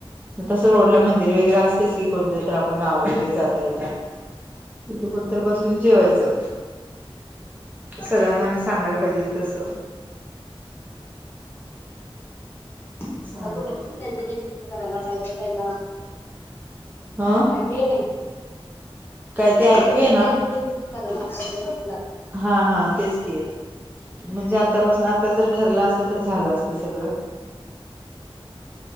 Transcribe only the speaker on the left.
हम्म
<unintelligible>
आता
कुठं कुठं जायचं ते शिकत करायला पाहिजे पहिला
झाळले ग बाई
आता
कुठ कुठं
जायचं ते कारण फायदे होतला